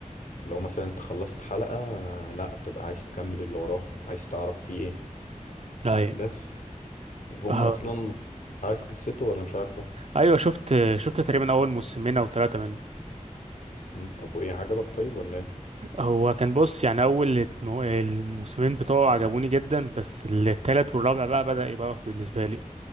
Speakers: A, on the left (about 70°); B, on the right (about 50°).
A: لو مثلا انت خلصت حلقة آه، لا تبقى عايز تكمل اللي وراها عايز تعرف فيه ايه
B: اي
A: بس وهم
B: اه
A: اصلا انت عارف قصته ولا مش عارفه
B: ايوه شفت شفت تقريبا اول موسمين او ثلاثة منه
A: مم، طب وايه عجبك طيب ولا ايه
B: هو كان بص يعني اول ات- مو- الموسمين بتوعه عجبوني جدا بس التالت والرابع بقى بدأ يبقى أخ بالنسبة لي